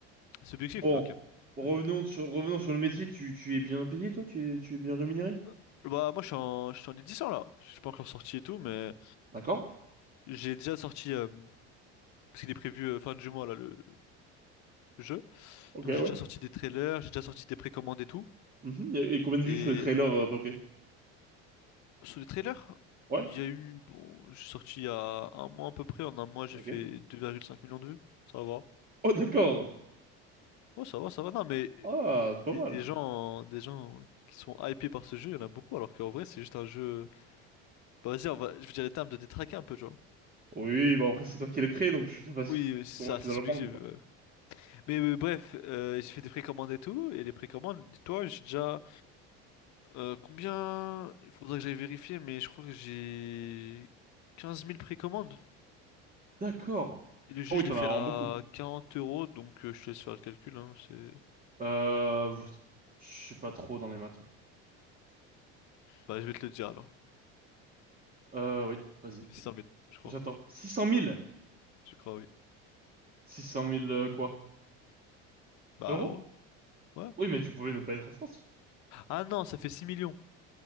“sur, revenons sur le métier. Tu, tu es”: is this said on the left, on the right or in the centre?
Right